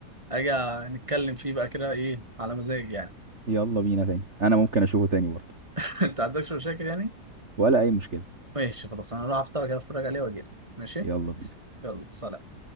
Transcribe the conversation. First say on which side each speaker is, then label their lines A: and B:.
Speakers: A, on the right; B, on the right.
A: اجي نتكلم فيه بقى كده ايه على مزاج يعني
B: يلا بينا تاني انا ممكن اشوفه تاني برضه
A: <laughs> انت عندكش مشاكل يعني
B: ولا اي مشكلة
A: ماشي خلاص انا هروح افتحه كده اتفرج عليه واجي ماشي
B: يلا بينا
A: يلا سلام